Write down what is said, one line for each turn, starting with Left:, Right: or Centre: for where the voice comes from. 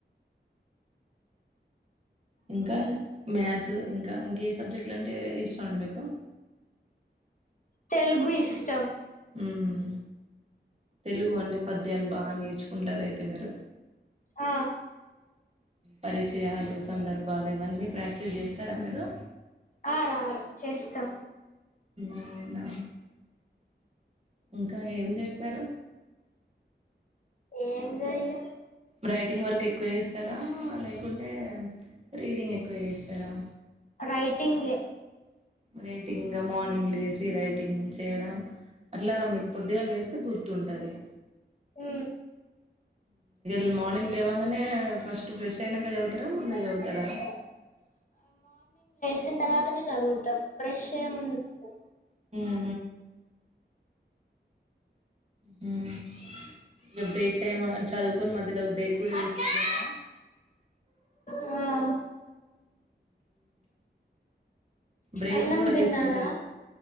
Right: ఇంకా మ్యాథ్స్ ఇంకా ఇంకే సబ్జెక్ట్ అంటే ఇష్టం అండి మీకు
Left: తెలుగు ఇష్టం
Right: ఎమ్ తెలుగు అంటే పద్యాలు బాగా నేర్చుకుంటార అయితే మీరు
Left: ఆ
Right: పరిచయాలు సందర్భాలు ఇవన్నీ ప్రాక్టీస్ చేస్తారా మీరు
Left: ఆ రా చేస్తాం
Right: అవునా ఇంకా ఏం చేస్తారు
Left: ఏం జయం
Right: రైటింగ్ వర్క్ ఎక్కువ చేస్తారా లేకుంటే రీడింగ్ ఎక్కువ చేస్తారా
Left: రేటింగ్
Right: రైటింగ్ గా మార్నింగ్ లేసి రైటింగ్ చేయడం అట్లా మీకు పొద్దిగాలా లేస్తే గుర్తుంటది
Left: ఆ
Right: ఇ మార్నింగ్ లేవంగానే ఫస్ట్ బ్రెష్ అయినక తర ముందే
Left: మ్
Right: చదువుతారా
Left: వచ్చిన తర్వాతనే చదువుతాం బ్రష్ చేయ ముందుకు
Right: అ హమ్ ఇక బ్రేక్ టైమ్ చదువుకొని మధ్యలో బ్రేక్ కూడా తీసుకుంటారా
Left: ఆ
Right: బ్రేక్
Left: అన్నం
Right: కూడా
Left: తిన్నారా
Right: తీసుకుంటారు